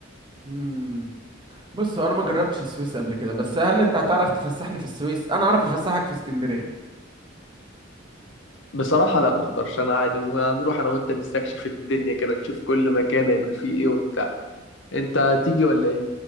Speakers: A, on the right (about 25°); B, on the left (about 65°).
A: امم بص هو انا ما جربتش السويس قبل كده بس هل انت هتعرف تفسحني في السويس انا اعرف افسحك في اسكندريه
B: بصراحة لا ما اقدرش انا عادي أنا- هنروح انا وانت نستكشف الدنيا كده نشوف كل مكان هيبقى فيه ايه وبتاع انت تيجي ولا ايه